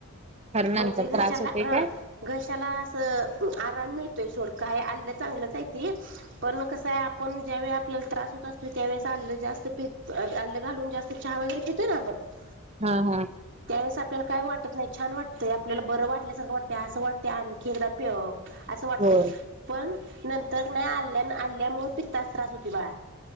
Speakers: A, on the right; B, on the right.
A: कारण नंतर
B: म्हणजे घशाला
A: त्रास होते
B: ह,
A: काय
B: घशाला अस आराम मिळ- - ते सोड काय आलं चांगलंच आय ती, पण कस हाय आपण ज्या वेळी आपल्याला त्रास त्यावेळेस आलं जास्त पितोय, आलं घालून जास्त चहा वगैरे पितोय ना आपण --
A: हा, हा.
B: त्या वेळेस आपल्याला काय वाटत नाही, छान वाटतय, आपल्याला बरं वाटल्या सारखं वाटतंय, असं वाटतय आणखी एकदा प्यावं. असं वाटतंय,
A: होय
B: पण नंतर कनी आल्या, आल्यामुळे पित्ताच त्रास होतूय बाळा.